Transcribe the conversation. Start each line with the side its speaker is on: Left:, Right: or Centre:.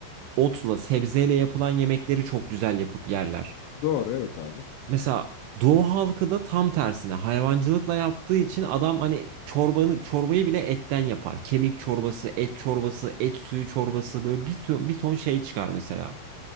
Right: otla, sebzeyle yapılan yemekleri çok güzel yapıp yerler.
Left: Doğru evet abi.
Right: Mesela Doğu halkı da tam tersine hayvancılıkla yaptığı için adam hani çorbanı çorbayı bile etten yapar. Kemik çorbası, et çorbası, et suyu çorbası böyle bir ton, bir ton şey çıkar mesela.